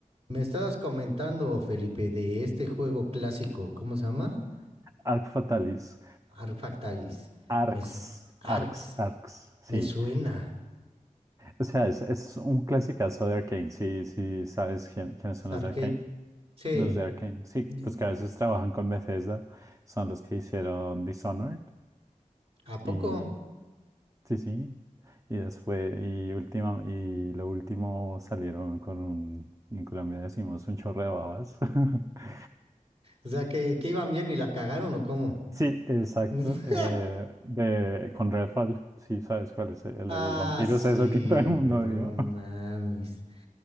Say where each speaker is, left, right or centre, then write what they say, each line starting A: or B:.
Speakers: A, on the right; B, on the right.
A: Me estabas comentando, Felipe, de este juego clásico, ¿cómo se llama?
B: Arc Fatalis.
A: Arfactalis.
B: Arcs.
A: Me, s- Arx.
B: Arcs, Arcs, sí.
A: Me suena.
B: O sea, es, es un clasicazo de Arcane. Sí, sí, ¿sabes quién- quiénes
A: Es
B: son
A: Arcade.
B: los de Arcane?
A: Sí.
B: Los de Arcane, sí,
A: Y-
B: pues que a veces trabajan con Bethesda. Son los que hicieron Dishonored.
A: ¿A
B: Y
A: poco?
B: sí, sí. Y después, y última, y lo último salieron con un, en Colombia decimos un chorro de babas. <laughs>
A: O sea, que, que iban bien y la cagaron o cómo.
B: Sí, exacto.
A: <laughs>
B: eh, de, con Redfall, sí, sabes cuál es el,
A: Ah,
B: de los vampiros,
A: sí,
B: eso que <laughs> todo el mundo
A: güey, no
B: dio.
A: mames.